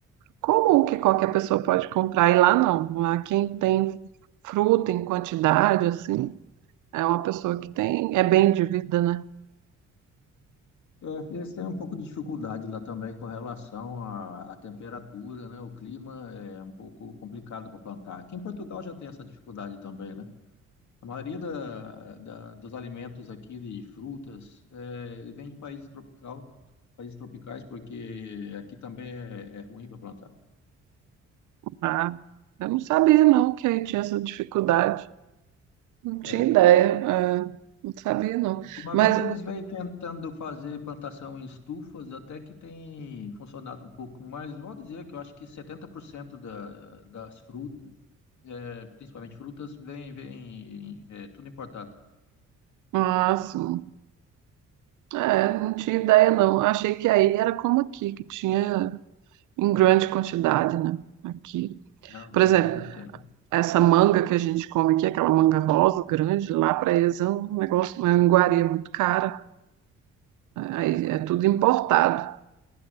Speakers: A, on the right; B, on the left.
A: comum que qualquer pessoa pode comprar, e lá não. Lá quem tem fruta em quantidade, assim, é uma pessoa que tem, é bem de vida, né?
B: É, eles têm um pouco de dificuldade lá também com relação à, à temperatura, né? O clima é um pouco complicado para plantar. Aqui em Portugal já tem essa dificuldade também, né? A maioria da, da- dos alimentos aqui de frutas é, vem de países tropical, países tropicais, porque aqui também é, é ruim para plantar.
A: Ah, eu não sabia, não, que aí tinha essa dificuldade. Não tinha
B: É,
A: ideia, é, não sabia, não.
B: Ultimamente
A: Mas,
B: eles vêm tentando fazer plantação em estufas, até que tem funcionado um pouco, mais. vou dizer que eu acho que 70% da, das frutas, é, principalmente frutas, vem, vem é, tudo importado.
A: ah, sim, é, não tinha ideia, não. Achei que aí era como aqui, que tinha em grande quantidade, né? Aqui.
B: Não,
A: Por exemplo,
B: não tem.
A: essa manga que a gente come aqui, aquela manga rosa grande, lá para eles é um negócio, uma iguaria muito cara. Aí é tudo importado.